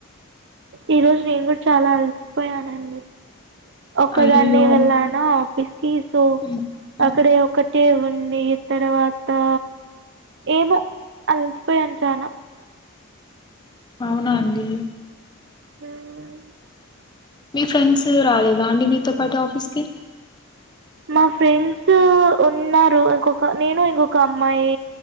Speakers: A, on the right; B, on the left.
A: ఈ రోజు నేన్ గుడ చాలా అలసిపోయానండి. ఒకదాన్నే
B: అయ్యయ్యో!
A: వెళ్ళాన ఆఫీస్కి సో
B: హ్మ్. హ్మ్.
A: అక్కడే ఒక టీ ఉండి తర్వాతా ఏమో అలసిపోయాన్ చాలా
B: అవునా అండి
A: హ్మ్
B: మీ ఫ్రెండ్స్ రాలేదా అండి మీతో పాటు ఆఫీస్కి?
A: మా ఫ్రెండ్స్ ఉన్నారు. ఇంకొక నేను ఇంకొక అమ్మాయీ